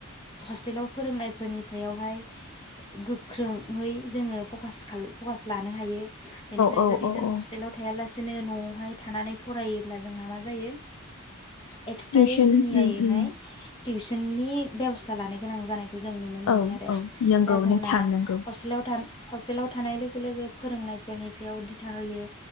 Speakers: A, on the left; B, on the left.
A: हस्टेलाव फोरोंनायफोरनि सायावहाय गोख्रोङै जोङो फक-फकास लानो हायो। बेनिफ्राय
B: औ
A: जुदि
B: औ
A: जों
B: औ
A: हस्टेलाव थायाला बिसनो न'आवहाय थानानै फरायोब्ला जोंहा मा जायो। एक्सट्रायै
B: टिउसन
A: जुनियायैहाय
B: उम उम
A: टिउसननि बेब'स्था लानो गोनां जानाय खौ जों नुनो मोनो
B: औ
A: आरो
B: औ नंगौ
A: दा जोंना
B: नोंथां नंगौ
A: हस्टेलाव था हस्टेलाव थानाय लोगो लोगो फोरोंनाय फोरनि सायाव दिथा होयो